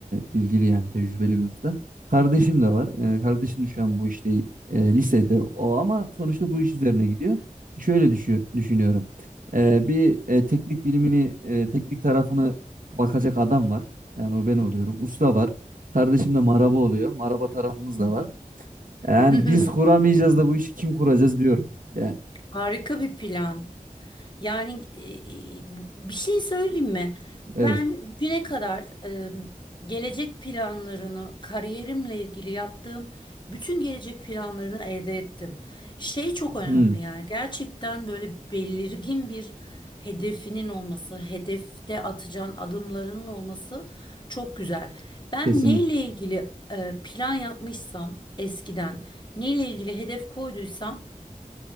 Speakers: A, on the right; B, on the left.
A: bilgili yani tecrübeli bir usta. Kardeşim de var E, kardeşim de şu an bu işte e, lisede o ama sonuçta bu iş üzerine gidiyor. Şöyle düşü- düşünüyorum E, bir e, teknik bilimini e, teknik tarafını bakacak adam var yani o ben oluyorum usta var kardeşim de maraba oluyor maraba tarafımız da var.
B: <laughs>
A: Yani biz kuramayacağız da bu işi kim kuracağız diyorum. Yani,
B: Harika bir plan. Yani e, e, bir şey söyleyeyim mi?
A: evet
B: Ben bugüne kadar e, gelecek planlarını, kariyerimle ilgili yaptığım bütün gelecek planlarını elde ettim. Şey çok önemli
A: Hmm,
B: yani gerçekten böyle belirgin bir hedefinin olması, hedefte atacağın adımlarının olması çok güzel. Ben
A: kesinlikle
B: neyle ilgili e, plan yapmışsam eskiden, neyle ilgili hedef koyduysam